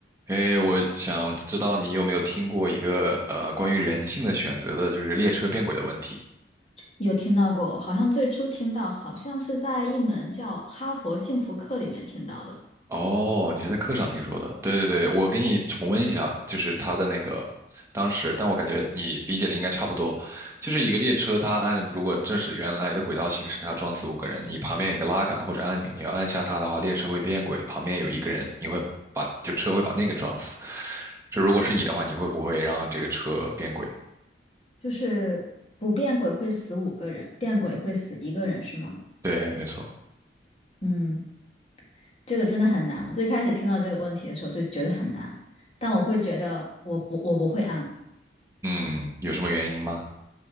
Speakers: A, on the right; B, on the left.
A: 哎，我想知道你有没有听过一个呃关于人性的选择的，就是列车变轨的问题。
B: 有听到过，好像最初听到，好像是在一门叫《哈佛幸福课》里面听到的，
A: 哦，你是在课上听说的？对对对，我给你重温一下，就是他的那个当时，但我感觉你理解的应该差不多。就是一个列车，它按如果正是原来的轨道行驶，它要撞死五个人，你旁边有一个拉杆或者按钮，你要按下它的话，列车会变轨，旁边有一个人，你会把就车会把那个撞死。这如果是你的话，你会不会让这个车变轨？
B: 就是不变鬼会死五个人，变鬼会死一个人，是吗？
A: 对，没错。
B: 嗯，这个真的很难。我最开始听到这个问题的时候就觉得很难，但我会觉得我不我不会按，
A: 嗯，有什么原因吗？